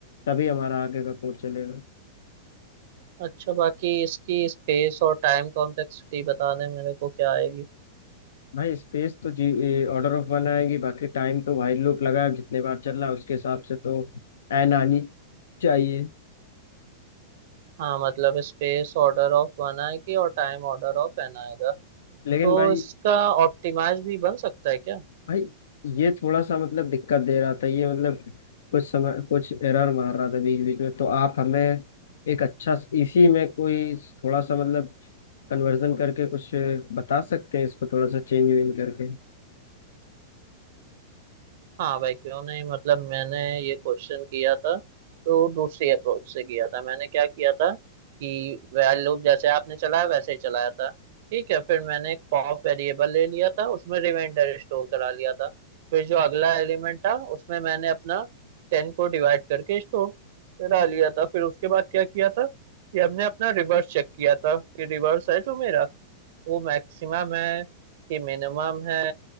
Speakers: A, on the left (about 75°); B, on the right (about 60°).
A: तभी हमारा आगे का कोड चलेगा
B: अच्छा बाकी इसकी स्पेस और टाइम कॉम्प्लेक्सिटी बता दें मेरे को क्या आएगी
A: भाई स्पेस तो जी ऑर्डर ऑफ वन आएगी बाकी टाइम तो भाई लूप लगा है, जितने बार चल रहा है उसके हिसाब से तो एन आनी चाहिए
B: हाँ मतलब स्पेस ऑर्डर ऑफ वन आएगी और टाइम ऑर्डर ऑफ एन आएगा
A: लेकिन
B: तो
A: भाई
B: इसका ऑप्टिमाइज भी बन सकता है क्या
A: भाई ये थोड़ा सा मतलब दिक्कत दे रहा था ये मतलब कुछ समय कुछ एरर मार रहा था बीच बीच में तो आप हमें एक अच्छा इसी में कोई थोड़ा सा मतलब कन्वर्जन करके कुछ बता सकते हैं इसको थोड़ा सा चेंज वेंज करके
B: हाँ भाई क्यों नहीं मतलब मैंने ये क्वेश्चन किया था तो दूसरी अप्रोच से किया था मैंने क्या किया था कि while लूप जैसे आपने चलाया वैसे ही चलाया था ठीक है फिर मैंने एक पॉप वेरिएबल ले लिया था उसमें रिमाइंडर स्टोर करा लिया था फिर जो अगला एलिमेंट था उसमें मैंने अपना टेन को डिवाइड करके स्टोर करा लिया था फिर उसके बाद क्या किया था कि हमने अपना रिवर्स चेक किया था कि रिवर्स है जो मेरा वो मैक्सिमम है कि मिनिमम है